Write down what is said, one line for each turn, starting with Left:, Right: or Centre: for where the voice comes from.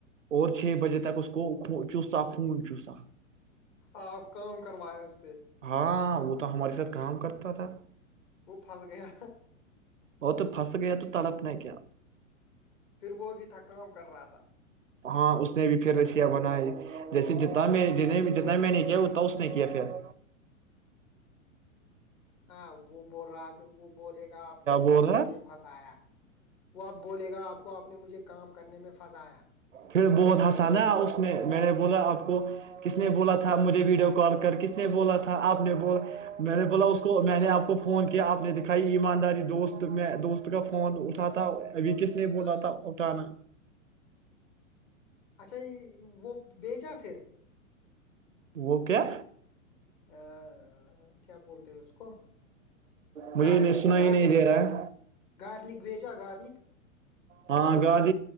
Right: اور چھ بجے تک اس کو چوسا خون چوسا
Left: آ اس کا کرماس
Right: ہاں وہ تو ہمارے ساتھ کام کرتا تھا
Left: وہ پھس گیا
Right: وہ تو پھنس گیا تو تڑپ نے کیا؟
Left: پھر وہ بھی تھا کام کر رہا تھا
Right: ہاں اس نے بھی پھر رشیا بناائی جیسے جنا میں ج جتنا میں نے کیا اتا اس نے کیا پھر
Left: ہاں وہ ب رات وہ بولے گا آپ کو اب
Right: بول
Left: آپ نے
Right: رہا
Left: مجھے پھنسایا وہ آپ بولے گا آپ کو آپ نے مجھے کام کرنے میں پھنسایا
Right: پھر بہت ہنسانا اس نے میں نے بولا آپ کو کس نے بولا تھا مجھے ویڈیو کال کر کس نے بولا تھا آپ نے بو میں نے بولا اس کو میں نے آپ کو فون کیا آپ نے دکھائی ایمانداری دوست میں دوست کا فون اٹھا ابھی کس نے بولا
Left: ہاں
Right: تھا اٹھانا
Left: اچھا وہ بیچا پھر
Right: وہ کیا
Left: ا کیا بولتے ہیں اس کو
Right: مجھے
Left: گارلک
Right: نسنا
Left: گارلک
Right: ہی نہیں دے رہا ہے
Left: گارلک بھیجا گارلک
Right: ہاں گار